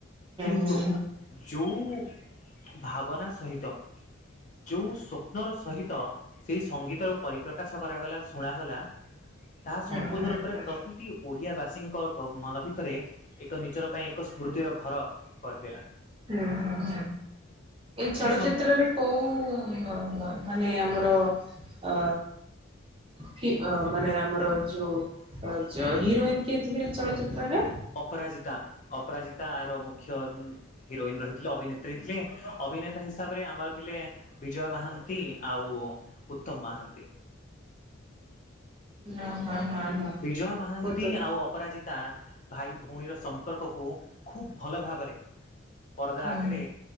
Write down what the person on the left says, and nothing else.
କିନ୍ତୁ
ଯୋଉ ଭାବନା ସହିତ ଯୋଉ ସ୍ୱପ୍ନର ସହିତ ସେଇ ସଙ୍ଗୀତର ପରିପ୍ରକାଶ କରାଗଲା ଶୁଣାଗଲା ତାହା
ସମ୍ପୂର୍ଣ୍ଣ
ରୂପରେ
ପ୍ରତି ଏଇ ଓଡିଆ ବାସୀଙ୍କ ଗ ମନ ଭିତରେ ଏକ ନିଜର ପାଇଁ ଏକ ସ୍ମୃତିର ଘର କରିଦେଲା।
କି
ସୁନ <inaudible>
ଅପରାଜିତା ଅପରାଜିତା ଆର ମୁଖ୍ୟ ଉଁ ହିରୋଇନ ରହିଥିଲେ ଅଭିନେତ୍ରୀ ଥିଲେ ଅଭିନେତା ହିସାବରେ ଆମର ଥିଲେ ବିଜୟ ମହାନ୍ତି ଆଉ ଉତ୍ତମ ମହାନ୍ତି।
ବିଜୟ ମହାନ୍ତି
ଆଉ ଅପରାଜିିତ ତା ଭାଇ ଭଉଣୀର ସମ୍ପର୍କକୁ ଖୁବ ଭଲ ଭାବରେ ପରଦା
ଆଗରେ